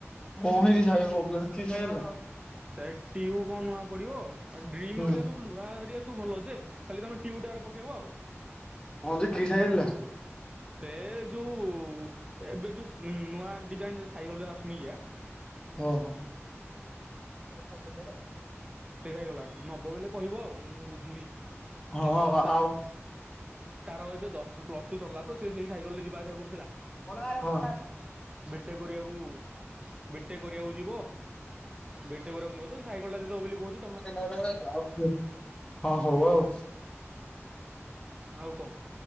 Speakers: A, on the left; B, on the right.
A: କଣ ହେଇଛି ସାଇକେଲ ପ୍ରୋବ୍ଲେମ କି ସାଇକେଲ
B: ସେ ଟିୟୁ କଣ ନୂଆ ପଡିବ ଡ୍ରିମ
A: ହୁଁ
B: ହରିକା ସବୁ ଲୁହା ଧରଆ ସବୁ ଭଲ ଅଛି ଯେ ଖାଲି ତମେ ଟିୟୁ ହରିକା ପକେଇବ ଆଉ।
A: ହ ଯେ କିସାଇଲା।
B: ସେ ଯୋଉ ଏବେ ଯୋଉ ନୂଆ ଡିଜାଇନ ସାଇକେଲ ଯସୁନିକିଆଁ।
A: ଓହୋ ଓହୋ।
B: ସେଇଟା ହେଇଗଲା ନବ ବୋଇଲେ କହିବ ଆଉ ମୁଁ ବୁଝିବି।
A: ହଁ
B: ସେ କହୁଛି ତାର
A: ଆଉ
B: ତାର ଏବେ ଦଶ ପ୍ଲସ ଟୁ ସରିଲା ତ ସେଇ ସାଇକେ ରେ ଯିବାଆସିବା କରୁଥିଲା।
A: ହଁ।
B: ଟେ କରିବାକୁ ବିଟେକ କରିବାକୁ ଯିବ? ଭେଟହୁଥିବ ତ ସାଇକଲ ଟା ଦବ ବୋଲି କହୁଛୁ।
A: <unintelligible> ହଁ ହଉ ଆଉ।
B: ଆଉ କଣ